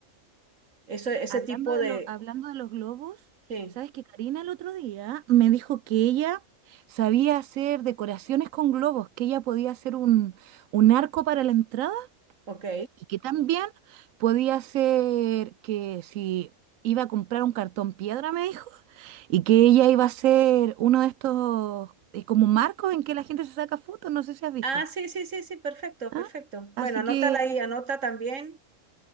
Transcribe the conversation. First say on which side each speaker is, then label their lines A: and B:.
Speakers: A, on the right (about 70°); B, on the right (about 80°).
A: Eso, ese
B: Hablando
A: tipo
B: de
A: de...
B: lo, hablando de los globos,
A: Sí,
B: ¿sabes que Karina el otro día me dijo que ella sabía hacer decoraciones con globos, que ella podía hacer un, un arco para la entrada
A: ok.
B: y que también podía hacer que si iba a comprar un cartón piedra, me dijo, y que ella iba a hacer uno de estos eh, como marcos en que la gente se saca fotos, no sé si has visto.
A: Ah, sí, sí, sí, sí, perfecto,
B: ¿Ah?
A: perfecto. Bueno,
B: Así
A: anótala
B: que,
A: ahí, anota también.